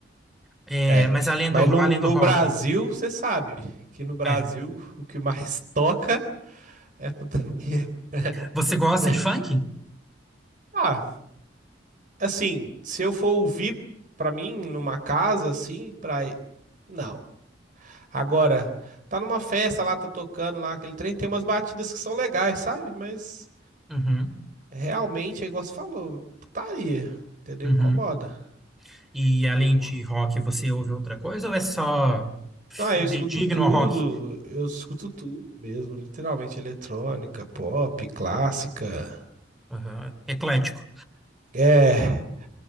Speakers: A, in the centre; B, on the right.
A: É,
B: É.
A: mas além
B: Mas
A: do,
B: no,
A: além
B: no
A: do rock.
B: Brasil, você sabe que no Brasil
A: É.
B: o que mais <laughs> toca é putaria,
A: Você gosta
B: né?
A: de funk?
B: Ah, assim, se eu for ouvir pra mim numa casa, assim, pra. Não. Agora, tá numa festa lá, tá tocando lá, aquele trem, tem umas batidas que são legais, sabe? Mas.
A: Uhum,
B: Realmente, é igual você falou, putaria, entendeu?
A: uhum.
B: Incomoda um
A: E além
B: pouco.
A: de rock, você ouve outra coisa ou é só fidedigno
B: Então, aí eu escuto tudo,
A: ao rock?
B: eu escuto tudo mesmo, literalmente eletrônica, pop, clássica.
A: Aham. Eclético.
B: É,